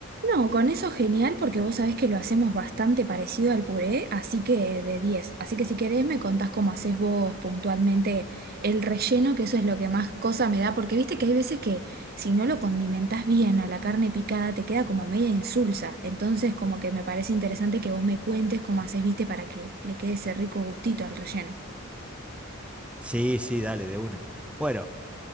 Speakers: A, on the right; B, in the centre.
A: No, con eso genial porque vos sabés que lo hacemos bastante parecido al puré, así que de 10. Así que si querés me contás cómo hacés vos puntualmente el relleno, que eso es lo que más cosa me da, porque viste que hay veces que si no lo condimentás bien a la carne picada te queda como media insulsa. Entonces como que me parece interesante que vos me cuentes cómo hacés, viste, para que le quede ese rico gustito al relleno.
B: Sí, sí, dale, de una. Bueno,